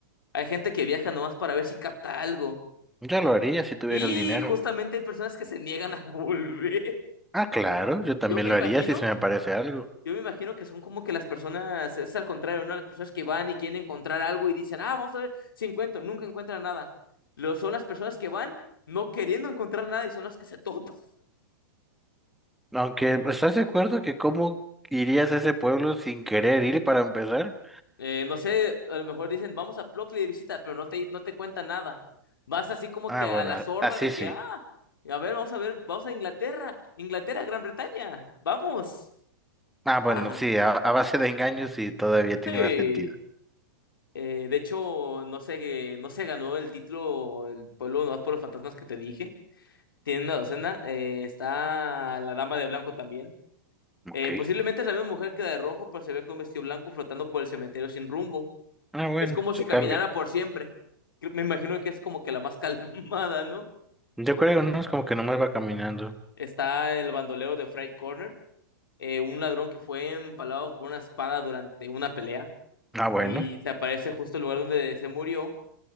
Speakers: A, on the left; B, in the centre.
A: Hay gente que viaja nomás para ver si capta algo.
B: Yo lo haría si tuviera
A: Y
B: el dinero.
A: justamente hay personas que se niegan a <laughs> volver.
B: Ah, claro, yo también
A: Yo me
B: lo
A: imagino.
B: haría si se me aparece algo.
A: Yo me imagino que son como que las personas, es al contrario, ¿no? Las personas que van y quieren encontrar algo y dicen, ah, vamos a ver si encuentro, nunca encuentran nada. Lo, son las personas que van no queriendo encontrar nada y son las que se <laughs> topan.
B: Aunque, pues, ¿estás de acuerdo que cómo irías a ese pueblo sin querer ir para empezar?
A: Eh, no sé, a lo mejor dicen, vamos a Plockley de visita, pero no te, no te cuentan nada. Vas así como
B: Ah,
A: que a
B: bueno,
A: la sorda
B: así
A: de
B: sí.
A: que, ah, a ver, vamos a ver, vamos a Inglaterra, Inglaterra, Gran Bretaña, vamos.
B: Ah, bueno,
A: Ah,
B: sí, a, a base de engaños y todavía tiene
A: sí.
B: más sentido.
A: Eh, de hecho, no sé, no se ganó el título el pueblo no por los fantasmas que te dije. Tiene una docena. eh, está la dama de blanco también.
B: Ok.
A: Eh, posiblemente es la misma mujer que la de rojo, pero se ve con vestido blanco flotando por el cementerio sin rumbo.
B: Ah, bueno,
A: Es como si
B: se
A: caminara
B: cambia.
A: por siempre. Creo- Me imagino que es como que la más <laughs> calmada, ¿no?
B: Yo creo, ¿no? Es como que nomás va caminando.
A: Está el bandolero de Freight Corner, eh, un ladrón que fue empalado por una espada durante una pelea
B: Ah, bueno.
A: y se aparece justo el lugar donde se murió,